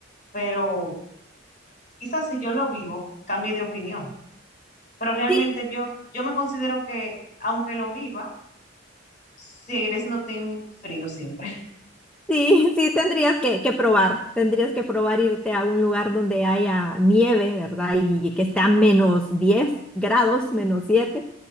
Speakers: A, on the left (about 40°); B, in the centre.
A: Pero quizás si yo lo vivo, cambie de opinión. Pero realmente
B: sí
A: yo, yo me considero que, aunque lo viva, seguiré siendo team frío siempre.
B: Sí, sí, tendrías que, que probar, tendrías que probar irte a un lugar donde haya nieve, ¿verdad? Y que esté a menos 10 grados, menos 7,